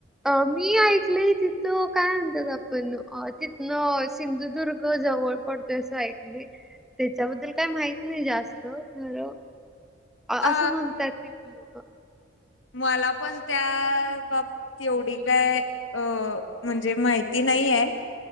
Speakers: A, in the centre; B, on the left (about 75°).
A: अ मी ऐकले तिथं काय म्हणतात, आपण तिथनं सिंधुदुर्ग जवळ पडतोय असं ऐकलंय, त्याच्याबद्दल काय माहित नाही जास्त अं
B: अ
A: असं म्हणतात कि, तिथली लोकं
B: मला पण त्या बाबतीत एवढी काय अ म्हणजे माहिती नाही आहे.